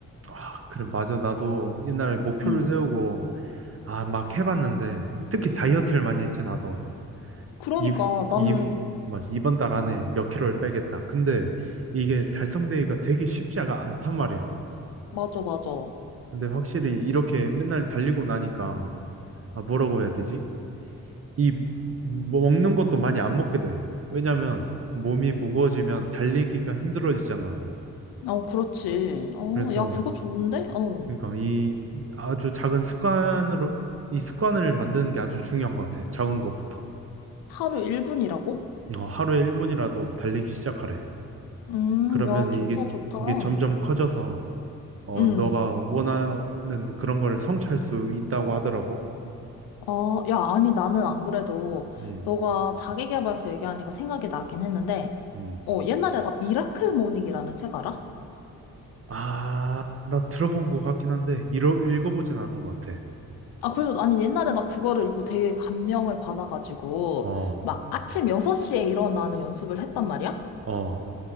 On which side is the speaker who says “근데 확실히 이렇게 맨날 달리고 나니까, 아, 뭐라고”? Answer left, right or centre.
Right